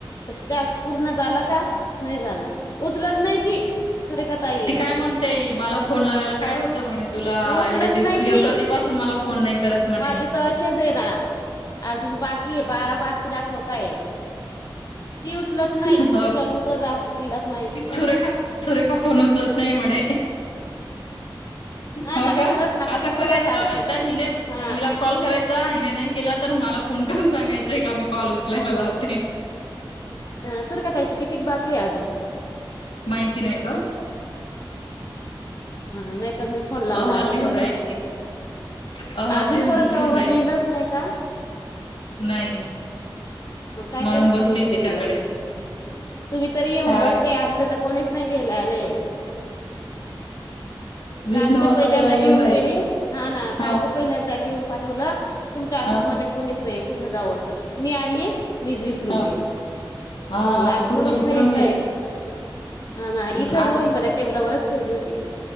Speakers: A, on the left; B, on the left.
A: टास्क पूर्ण झालं का नाही झालं. उचलत नाही ती सुरेखातई
B: ती काय म्हणते मला फोन लावायला काय हों. म्हणे तुला
A: म उचलत
B: एवढे दिव
A: नाही ती
B: कधीपासून मला फोन नाही करत म्हणे
A: माझे तर असेच आहे ना. अजून बाकी आहे बारा बाकी दाखवताय. ती उचलत नाही
B: हो
A: कुठ कुठं राहते तिलाच माहिती
B: सुरेखा सुरेखा फोन उचलत नाही म्हणे.
A: हा
B: हो
A: ना
B: का
A: खरंच ना कुठं
B: आता करायचं
A: कुठं राहते
B: आता हिने
A: हा
B: हिला. कॉल करायचा, हिने नाही केला तर, मला फोन करून सांगायचा, हिला मी कॉल उचलायला लावते.
A: अ.. सुरखा ताईचं कितीक बाकी आहे अजून?
B: माहिती नाही ग.
A: हा, नाही तर मी फोन लावणार
B: अहवाल लिहून
A: दररोज.
B: राहिली ती अहवाल
A: अजून
B: लिहून
A: पर्यंत
B: लिहून राहिली
A: लिहिलंच
B: ती
A: नाही का?
B: नाही.
A: मग काय
B: म्हणून
A: करत
B: बसली
A: होते, इतक
B: तिच्याकडे
A: दिवस तुम्ही तरी येऊन
B: काय
A: बसले आमच्या- कोणीच नाही घायला आले,
B: विष्णू
A: काल ते
B: होता
A: पहिल्यांदा
B: तेव्हा येऊन
A: घेऊन
B: जायचं
A: गेली- हा ना, काल
B: ह
A: तर- पहिल्यांदा घेऊन पाठवलं, तुमच्या ऑफिसमध्ये
B: ह
A: कोणीच नाही कुठं जाऊ असं, मी आली- मीच विसरून
B: ह
A: गेली,
B: हा
A: मग आज
B: तू
A: कोणीच
B: तर विसरून
A: नाही येतय.
B: गेले
A: हा ना, इथंच
B: आज
A: वही मध्ये टेबलवरच ठेवली होती.